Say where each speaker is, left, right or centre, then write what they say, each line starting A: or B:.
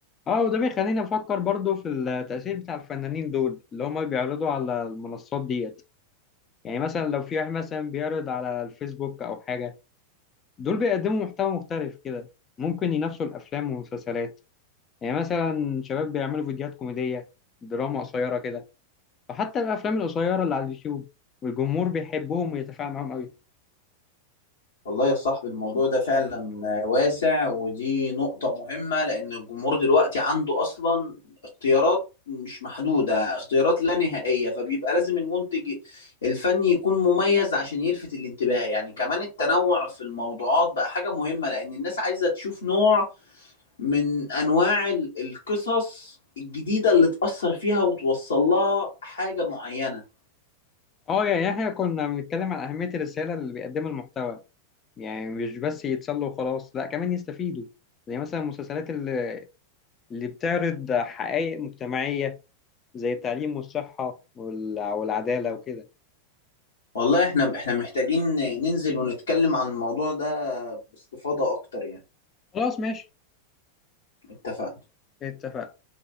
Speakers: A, on the left (about 25°); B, on the left (about 65°).
A: اه وده بيخليني افكر برضو في التأثير بتاع الفنانين دول اللي هم بيعرضوا على المنصات ديت يعني مثلا لو في واحد مثلا بيعرض على الفيسبوك او حاجة دول بيقدموا محتوى مختلف كده ممكن ينافسوا الافلام والمسلسلات يعني مثلا شباب بيعملوا فيديوهات كوميديه دراما قصيره كده فحتى الافلام القصيره اللي على اليوتيوب والجمهور بيحبهم ويتفاعل معاهم قوي
B: والله يا صاحبي الموضوع ده فعلا واسع ودي نقطة مهمة لأن الجمهور دلوقتي عنده أصلا اختيارات مش محدودة اختيارات لا نهائية فبيبقى لازم المنتج الفني يكون مميز عشان يلفت الانتباه يعني كمان التنوع في الموضوعات بقى حاجة مهمة لأن الناس عايزة تشوف نوع من أنواع ال- القصص الجديدة اللي تأثر فيها وتوصل لها حاجة معينة
A: اه يعني احنا كنا بنتكلم عن اهميه الرساله اللي بيقدمها المحتوى يعني مش بس يتسلوا وخلاص لا كمان يستفيدوا زي مثلا المسلسلات اللي اللي بتعرض حقائق مجتمعيه زي التعليم والصحه والع- والعداله وكده
B: والله احنا احنا محتاجين ننزل ونتكلم عن الموضوع ده باستفاضة اكتر يعني
A: خلاص ماشي
B: اتفقنا
A: اتفقنا